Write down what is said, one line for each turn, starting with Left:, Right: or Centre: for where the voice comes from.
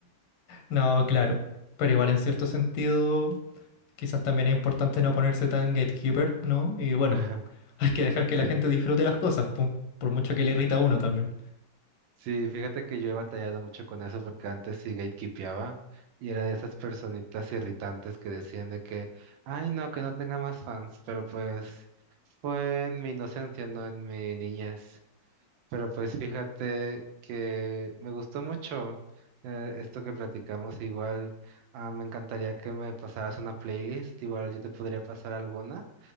Left: No, claro. Pero igual en cierto sentido, quizás también es importante no ponerse tan gatekeeper, ¿no? Y bueno,
Right: Ajá,
Left: <laughs> hay que dejar que
Right: Sí,
Left: la gente disfrute las cosas, pu, por mucho que le irrita a uno también.
Right: sí, fíjate que yo he batallado mucho con eso porque antes sí gatekeepeaba y era de esas personitas irritantes que decían de que, ay, no, que no tenga más fans, pero pues fue en mi inocencia, no en mi niñez. Pero pues fíjate que me gustó mucho eh, esto que platicamos. Igual ah, me encantaría que me pasaras una playlist. Igual yo te podría pasar alguna,